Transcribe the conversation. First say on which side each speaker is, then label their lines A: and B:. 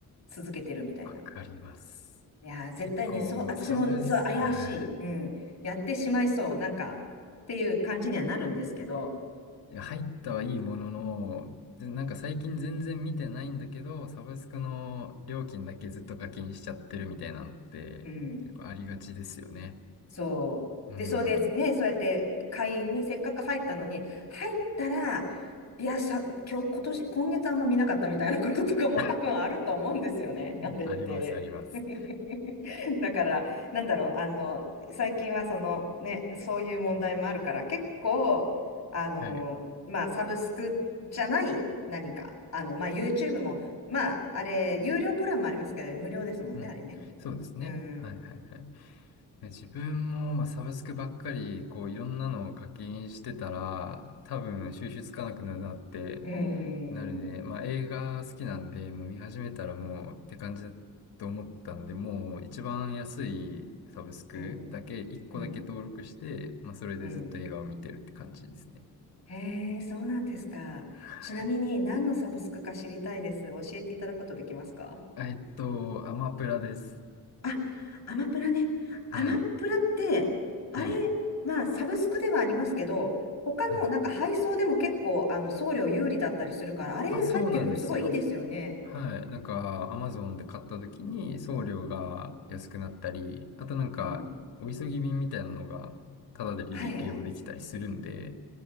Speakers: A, on the left; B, on the left.
A: 続けてるみたいな。
B: わかります。
A: いやー、絶対ね、
B: 結構、
A: そう、私も、
B: サブス、
A: そう、怪しい。
B: はい。
A: うん。やってしまいそう。なんか、っていう感じにはなるんですけど、
B: <laughs> いや入ったはいいものの、でなんか最近全然見てないんだけど、サブスクの料金だけずっと課金しちゃってるみたいなのって結構ありがちですよね。
A: うん。そう。
B: うん。
A: で、そうです。ね、そうやって会員にせっかく入ったのに、入ったら、いや、さ、今日、今年、今月あんま見なかったみたいなこととかも多分あると思うんですよね、
B: <laughs> うんあります、
A: あれって。
B: あります。
A: <laughs> だから、なんだろう、あの、最近はその、ね、そういう問題もあるから、結構、あの、
B: はい。
A: まあ、サブスクじゃない何か、あの、まあ、YouTube も、まあ、あれ、有料プランもありますけど、無料ですもんね、
B: うん。
A: あれね。
B: そうですね。
A: うん。
B: はい、はい、はい。で自分も、まあ、サブスクばっかり、こう、いろんなのを課金してたら、多分、収集つかなくなるなって、
A: うん。
B: なるね。まあ、映画好きなんで、もう見始めたらもうって感じだと思ったんで、もう一番安いサブスクだけ、
A: うん、
B: 1個だけ登録して、
A: うん、
B: まあ、それでずっと映画を見てるって感じですね。
A: うん。へえ、そうなんですか。
B: はい。
A: ちなみに何のサブスクか知りたいです。教えていただくことできますか
B: えっと、アマプラです。
A: あ、アマプラね。
B: はい。
A: アマプラって、あれ、
B: はい。
A: まあ、サブスクではありますけど、他のなんか配送でも結構あの送料有利だったりするから、
B: うん
A: あれ入ってるとすごいいいですよね。
B: あ、そうなんですよ。はい。なんか、アマゾンで買った時に送料が安くなったり、
A: うん。
B: あとなんか、
A: うん
B: お急ぎ便みたいなのが、タダで利利用できたりするんで、
A: はいはい。